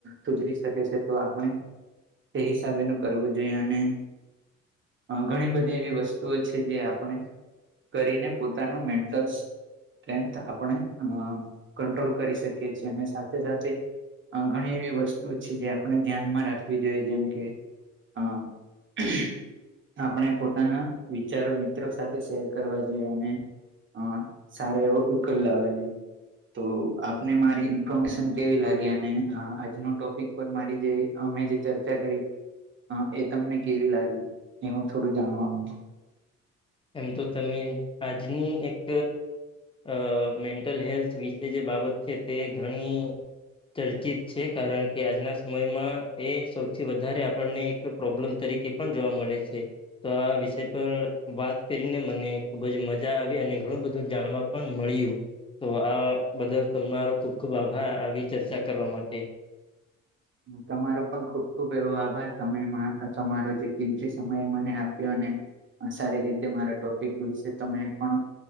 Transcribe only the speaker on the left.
એમ તો તમે આજની એક અ મેન્ટલ હેલ્થ વિશે જે બાબત છે, તે ઘણી ચર્ચિત છે, કારણ કે આજના સમયમાં એ સૌથી વધારે આપણને એક પ્રોબ્લમ તરીકે પણ જોવા મળે છે, તો આ વિષય પર વાત કરીને મને ખુબ જ મજા આવી અને ઘણું બધું જાણવા પણ મળ્યું તો આ બદલ તમારો ખુબ ખુબ આભાર આવી ચર્ચા કરવા માટે